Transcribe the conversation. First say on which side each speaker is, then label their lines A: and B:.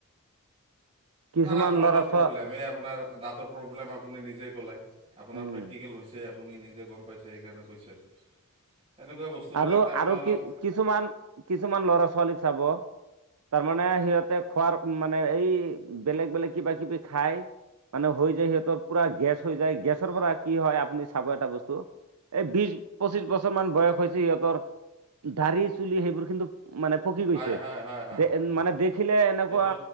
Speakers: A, on the right; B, on the right.
A: কিছুমান
B: নানান ধৰণৰ
A: ল'ৰা
B: প্ৰব্লেম
A: ছোৱা
B: এই আপোনাৰ দাতঁ তৰ প্ৰব্লেম আপুনি নিজে ক'ললে আপোনাৰ
A: উম,
B: প্ৰেক্টিকেল হৈছে আপুনি নিজে গম পাইছে সেইকাৰণে কৈছে। এনেকুৱা বস্তুবিলাক
A: আৰু
B: তাৰমানে
A: আৰু
B: অলপ
A: কি কিছুমান কিছুমান ল'ৰা ছোৱালী চাব তাৰমানে সিহঁতে খোৱাৰ মানে এই বেলেগ বেলেগ কিবা কিবি খাই মানে হৈ যায় সিহঁতৰ পুৰা গেছ হৈ যায় গেছৰ পৰা কি হয় আপুনি চাব এটা বস্তু এই বিশ পঁচিশ বছৰ মান বয়স হৈছে যে সিহঁতৰ দাৰি চুলি সেইবোৰ কিন্তু মানে পকি
B: হয়
A: গৈছে।
B: হয় হয় হয়
A: দে
B: হয় হয়
A: মানে দেখিলে এনেকুৱা
B: এইটো